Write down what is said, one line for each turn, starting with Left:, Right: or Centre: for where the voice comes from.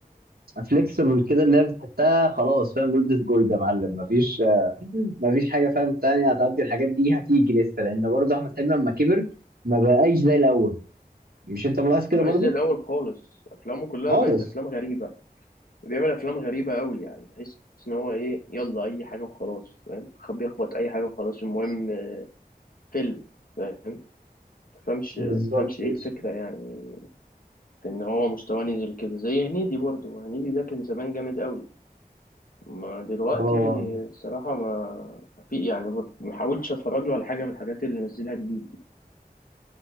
Right: فليكسبل كده اللي هي بتحسها خلاص فاهم جولد جولد يا معلم مفيش آه، مفيش حاجه فاهم تانية هتعدي الحاجات دي هتيجي لسه لان برضو احمد حلمي لما كبر ما بقاش زي الاول مش انت ملاحظ كده
Left: بعز
Right: برضو
Left: الأول خالص أفلامه كلها
Right: خالص
Left: بقت أفلام غريبة بيعمل أفلام غريبة أوي يعني تحس إن هو إيه يلا أي حاجة وخلاص فاهم خ- بيخبط أي حاجة وخلاص المهم آه، فيلم فاهم تفهمش
Right: بالظبط
Left: تفهمش إيه
Right: يا
Left: الفكرة
Right: اسطى.
Left: يعني في إن هو مستواه نزل كده زي هنيدي برضه هنيدي ده كان زمان جامد أوي ما دلوقتي
Right: اه
Left: الصراحة ما ما في يعني بص ما حاولتش اتفرج له على حاجة من الحاجات اللي نزلها جديد دي